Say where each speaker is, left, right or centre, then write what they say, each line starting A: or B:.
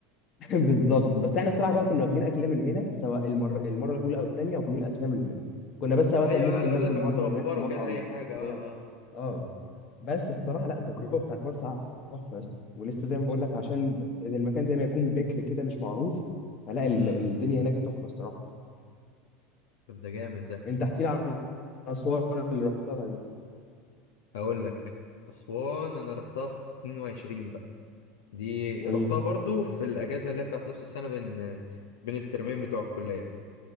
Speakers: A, on the left; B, on the left.
A: <laughs> بالظبط بس احنا الصراحه بقى كنا واخدين اكلنا من هنا سواء المره المره الاولى او الثانيه واخدين اكلنا من هنا كنا بس اوقات
B: ايوه
A: ممكن
B: على
A: ناكل
B: الاقل فاهم
A: مره
B: توفروا
A: من هناك في مطعم
B: كده اي حاجه
A: بتاع
B: اه اه
A: اه بس الصراحه لا التجربه بتاعت مرسى علم تحفه يا اسطى ولسه زي ما بقول لك عشان المكان زي ما يكون بكر كده مش معروف فلا ال-
B: امم
A: الدنيا هناك تحفه الصراحه
B: طب ده جامد ده
A: انت احكي لي عن اسوان اللي رحتها دي
B: هقول لك اسوان انا رحتها في 22 بقى دي رحتها
A: جميل
B: برضو في الاجازه اللي هي بتاعت نص السنه بين بين الترمين بتوع الكليه